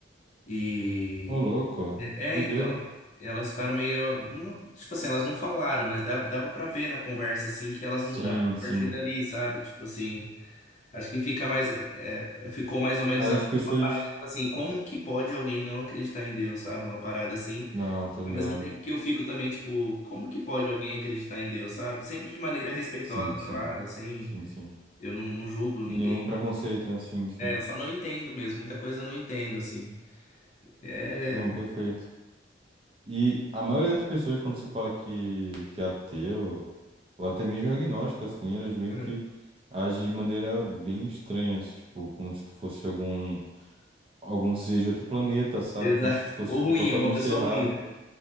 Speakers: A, on the left (about 40°); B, on the right (about 30°).
A: E.
B: Ô, louco,
A: É,
B: doideira.
A: então. Elas ficaram meio. não- Tipo assim, elas não falaram, mas dava, dava pra ver na conversa, assim, que elas
B: Sim,
A: mudaram a
B: sim.
A: partir dali, sabe? Tipo assim, acho que fica mais. é, é, ficou mais ou menos
B: As
A: a-
B: pessoas...
A: uma parada, tipo assim, como que pode alguém não acreditar em Deus, sabe? Uma parada assim.
B: Não, tá ligado.
A: Ao mesmo tempo que eu fico também, tipo, como que pode alguém acreditar em Deus, sabe? Sempre de maneira respeitosa,
B: Sim, sim,
A: claro, assim,
B: sim, sim.
A: eu não, não julgo ninguém.
B: Nenhum preconceito, né? Sim, sim.
A: É, eu só não entendo mesmo, muita coisa eu não entendo, assim. É,
B: Não, perfeito. E a maioria das pessoas, quando se fala que, que é ateu, ou até mesmo agnóstico, assim, elas meio
A: né?
B: que agem de maneira bem estranha, assim, tipo, como se tu fosse algum, algum ser de outro planeta, sabe?
A: exato.
B: Como se tu fosse,
A: Ou
B: tipo,
A: ruim,
B: totalmente
A: é uma pessoa
B: errado,
A: ruim, né?